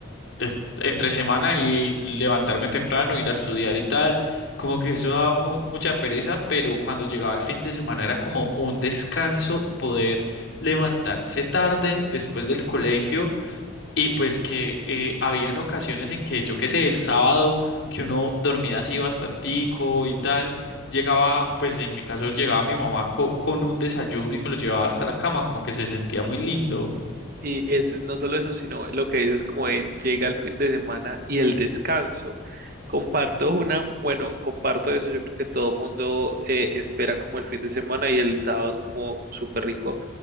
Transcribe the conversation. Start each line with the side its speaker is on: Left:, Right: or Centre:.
Left: es- entre semana y levantarme temprano, ir a estudiar y tal, como que eso daba mu- mucha pereza, pero cuando llegaba el fin de semana era como un descanso poder levantarse tarde después del colegio y pues que eh, habían ocasiones en que yo qué sé, el sábado que uno dormía así bastantico y tal. Llegaba, pues en mi caso llegaba mi mamá co- con un desayuno y me lo llevaba hasta la cama, como que se sentía muy lindo.
Right: Y es no solo eso, sino lo que dices como de llega el fin de semana y el descanso. Comparto una, bueno, comparto eso, yo creo que todo mundo eh, espera como el fin de semana y el sábado es como súper rico